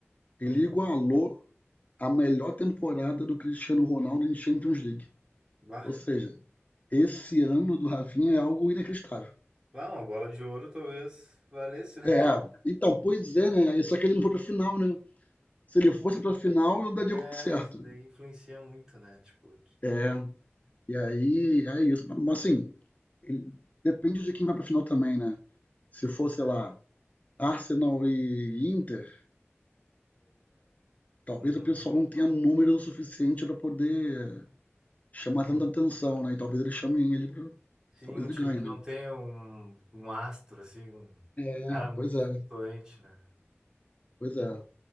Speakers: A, on the left (about 35°); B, on the right (about 15°).
A: ele
B: Uhum.
A: igualou a melhor temporada do Cristiano Ronaldo em Champions League.
B: Bah.
A: Ou seja, esse ano do Rafinha é algo inacreditável.
B: Bah, uma bola de ouro talvez valesse, né?
A: É,
B: <laughs>
A: então, pois é, né? Só que ele não foi pra final, né? Se
B: Aquilo.
A: ele fosse pra final, eu daria
B: É,
A: como certo.
B: isso daí influencia muito, né? Tipo. de-
A: É, E aí, é isso. Mas assim, ele- depende de quem vai pra final também, né? Se for, sei
B: É.
A: lá, Arsenal e Inter, talvez
B: Uhum.
A: o pessoal não tenha número o suficiente pra poder chamar
B: Uhum.
A: tanta atenção, né? E talvez ele chame ele pro...
B: Sim,
A: Talvez
B: um time
A: ele ganhe,
B: que
A: né?
B: não tem um, um astro, assim, um
A: É,
B: cara muito
A: pois é,
B: doente, né?
A: pois é.